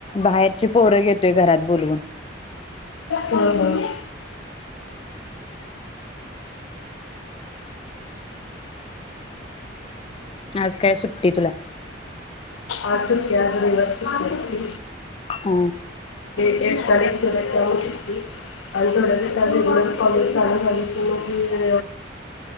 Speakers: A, on the left; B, on the left.
A: बाहेरची पोर येतोय घरात बोलवून
B: होय होय. <inaudible> <inaudible>
A: आज काय सुट्टी तुला
B: आज रविवार सुट्टी
A: ह
B: <unintelligible> एक तारीख पर्यंत पाऊस आणि थोड्या दिवसांनी कॉलेज चालू झाल की मग <unintelligible> ते